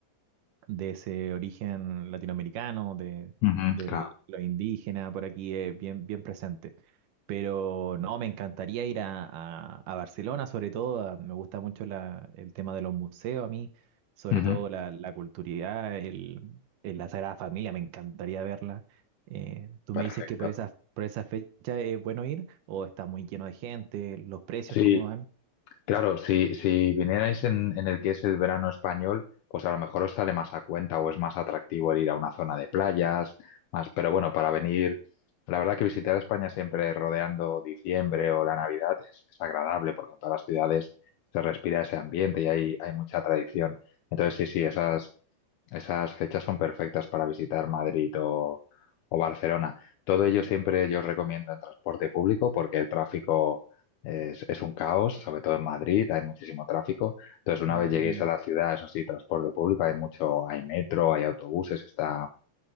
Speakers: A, on the right; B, on the left.
A: de ese origen latinoamericano, de,
B: ujú,
A: del-
B: claro.
A: lo indígena por aquí, eh, bien, bien presente. Pero no, me encantaría ir a, a- a Barcelona, sobre todo, a- me gusta mucho la- el tema de los museos a mí, sobre
B: Ujú,
A: todo la, la culturalidad, el, el- la Sagrada Familia, me encantaría verla. Eh, tú
B: perfecto.
A: me dices que por esa, por esa fecha es bueno ir o está muy lleno de gente, los precios,
B: Sí,
A: ¿cómo
B: Claro, si, si vinierais en, en el que es el verano español, pues a lo mejor os sale más a cuenta o es más atractivo el ir a una zona de playas, más, pero bueno, para venir, la verdad que visitar España siempre rodeando diciembre o la Navidad es, es agradable porque en todas las ciudades se respira ese ambiente y hay, hay mucha tradición. Entonces, sí, sí, esas, esas fechas son perfectas para visitar Madrid o, o Barcelona. Todo ello siempre yo os recomiendo en transporte público porque el tráfico es, es un caos, sobre todo en Madrid, hay muchísimo tráfico. Entonces, una
A: van?
B: vez lleguéis a la ciudad, eso sí, transporte público, hay mucho, hay metro, hay autobuses, está,